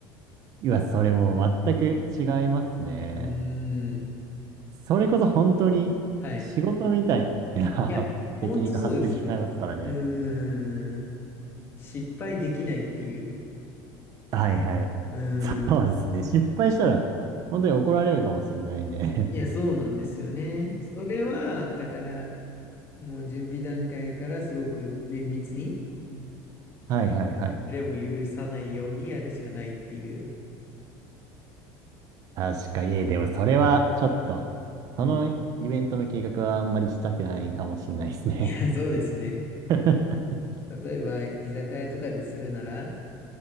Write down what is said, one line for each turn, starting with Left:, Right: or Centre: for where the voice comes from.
Right: いや、それもう全く違いますね。
Left: うーん。
Right: それこそ本当に仕事みたいな
Left: はい。いや、
Right: <laughs>
Left: ほんとそうですね。
Right: 責任が発生しちゃいますからね。
Left: うーん。失敗できないっていう。
Right: はいはい。
Left: うーん。
Right: そうですね。失敗したら本当に怒られるかもしれないんで。
Left: いや、
Right: <laughs>
Left: そうなんですよね。それは、だから、もう準備段階からすごく綿密に、
Right: はいはいはい。
Left: ズレも許さないようにやるしかないっていう。
Right: 確かに。えでもそれはちょっと、
Left: うん。
Right: そのイベントの計画はあんまりしたくないかもしれないですね。
Left: いや、<laughs> そうですね。
Right: <laughs>
Left: 例えば、居酒屋とかでするなら、